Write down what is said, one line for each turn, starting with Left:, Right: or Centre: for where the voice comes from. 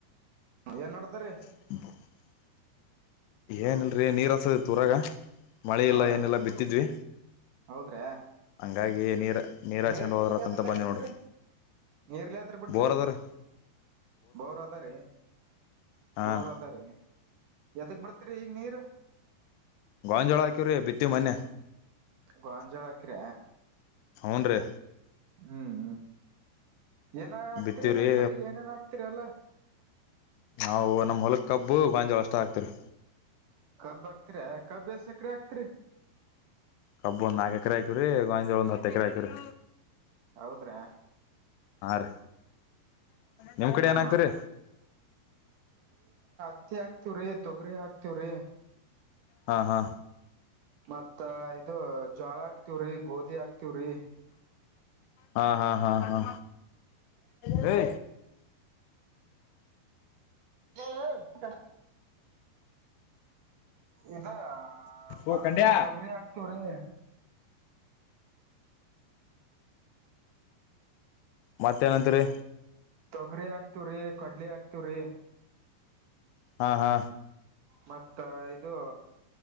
Right: ಏನ್ ಮಾಡಡ್ತರಿೀ
Left: ಹ ಏನಲ್ರರಿ ನೀರು ಹಸದ ತೂರಾಗ ಮಳೆ
Right: ಹಾ
Left: ಎಲ್ಲ ಏನೆಲ್ಲ ಬಿತ್ತಿದ್ವಿ
Right: ಹೌದ್ರಾ
Left: ಹಂಗ ಹಾಗಾಗಿಯೇ ನೀರು ನೀರು
Right: ನೀರ್
Left: ಹಾಸ್ಕೊಂಡು ಹೋದ್ರತ್ತಂತ
Right: ನೀರ್ ಯದ್ರಲ್ಲ
Left: ಬಂದೆ
Right: ಹಸ್ತ್ರಿ
Left: ನೋಡ್ರಿ
Right: ನೀರ್ಲೆದ್ರ ಬಿಡ್ತ್ರಿ
Left: ಬೋರ್ ಅದ ರೀ
Right: ಬೋರ್ ಅದಾರೀ
Left: ಹಾಂ
Right: ಬೋರ್ ಅದಾರೀ ಎದಕ್ ಬಿಡ್ ತರಿಗ ನೀರು
Left: ಗಾಂಜೋಳ ಹಾಕವ್ರೀ ಬಿತ್ತಿ ಮೊನ್ನೆ
Right: ಗಾಂಜೋಳ ಹಾಕಿರ
Left: ಹ್ಞೂ ರೀ
Right: ಹ್ಮ್ ಹ್ಮ್ ಏನ ಆಗ್ತತಿರಿ
Left: ಬಿತ್ತೀವ್ರಿ
Right: ನಿಮ್ ಕಡೆಗೆ ಏನೇನ್ ಆಗ್ತಿರಿಲ್ಲ.
Left: ನಾವು ನಮ್ ಹೊಲಕ್ ಕಬ್ಬು ಗಂಜಾಳ ಅಷ್ಟ ಆಗ್ತಿರಿ
Right: ಕಬ್ಬ ಆಗ್ತೀರಾ ಕಬ್ಬಸಕ್ರ ಆಗ್ತರಿ
Left: ಕಬ್ಬು ಒಂದ ನಾಲ್ಕು ಎಕರೆ ಹಾಕಿದೀವಿ ಗಂಜೋಳ ಒಂದು ಹತ್ತು ಎಕರರೆ ಹಾಕಿದೀವಿ
Right: ಹೌದ್ರಾ
Left: ಹಾ ರೀ ನಿಮ್ ಕಡೆ
Right: ಹಾ
Left: ಏನಾಗ್ತರಿ
Right: ಮತ್ತ ಹಾಕ್ತವ ರೀ ತೊಗರಿ ಹ ಆಕ್ತಿವ ರೀ
Left: ಹಾ ಹಾ
Right: ಮತ್ತ ಇದು ಜೋಳ ಹಾಕ್ತಿವ್ರಿ ಗೋಧಿ ಹಾಕ್ತಿವ್ರಿ
Left: ಹಾ ಹಾ ಹಾ ಹಾ. ಹೇ.
Right: ಹೇ ಹಾ. ಇದ
Left: ಓ
Right: ಮತ್ತ
Left: ಕಂಡ್ಯಾ
Right: ತೊಗರಿ ಹಾಕ್ತವ್ರಿ.
Left: ಮತ್ತೇನಂತರಿ.
Right: ತೊಗರಿ ಹಾಕ್ತವ್ರಿ ಕಡಲೆ ಹಾಕ್ತವ್ರಿ.
Left: ಹಾ ಹಾ.
Right: ಮತ್ತ ಇದು